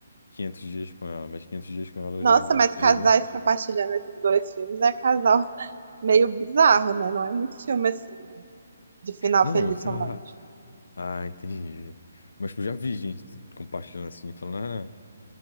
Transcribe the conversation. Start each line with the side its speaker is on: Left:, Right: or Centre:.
Left: 500 dias com ela, mas 500 dias com ela eu
Right: Nossa,
Left: já vi.
Right: mas
Left: Você
Right: casais
Left: já viu?
Right: compartilhando esses dois filmes é casal meio bizarro, né? Não é muito filme assim, de final
Left: Não,
Right: feliz
Left: <laughs> sei
Right: romântico.
Left: lá. Ah, entendi. Mas tipo, já vi gente compartilhando assim, falando, ah,